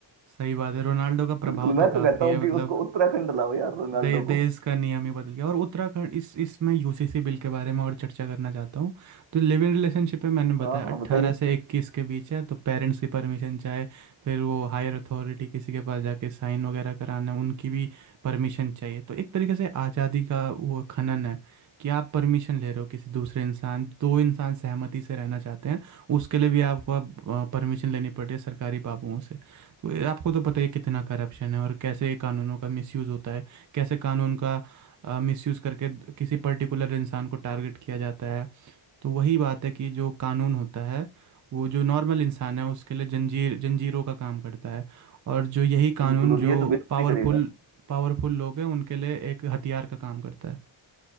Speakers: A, on the right; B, on the right.
A: सही बात है रोनाल्डो का प्रभाव
B: बिल्कुल मैं
A: तो
B: तो
A: काफ़ी
B: कहता हूँ
A: है
B: कि
A: मतलब
B: उसको उत्तराखंड लाओ यार रोनाल्डो
A: दे, देश
B: को
A: का नियम ही बदल गया और उत्तराखंड इस इसमें यूसीसी बिल के बारे में और चर्चा करना चाहता हूँ तो लिव इन रिलेशनशिप में मैंने बताया
B: हाँ हाँ
A: 18
B: बताइए
A: से 21 के बीच है तो पेरेंट्स की परमिशन चाहे फिर वो हायर अथॉरिटी किसी के पास जाके साइन वगैरह कराना है, उनकी भी परमिशन चाहिए तो एक तरीके से आज़ादी का वो खनन है कि आप परमिशन ले रहे हो किसी दूसरे इंसान दो इंसान सहमति से रहना चाहते हैं उसके लिए भी आपको अब परमिशन लेनी पड़ती है सरकारी बाबुओं से तो ये आपको तो पता ही है कितना करप्शन है और कैसे कानूनों का मिसयूज़ होता है कैसे कानून का मिसयूज़ करके किसी पर्टिकुलर इंसान को टारगेट किया जाता है तो वही बात है कि जो कानून होता है वो जो नॉर्मल इंसान है उसके लिए जंजीर जंजीरों का काम करता है और जो यही कानून
B: बिल्कुल और
A: जो
B: ये तो बिल्कुल
A: पावरफुल
B: ही करेगा
A: पावरफुल लोग हैं उनके लिए एक हथियार का काम करता है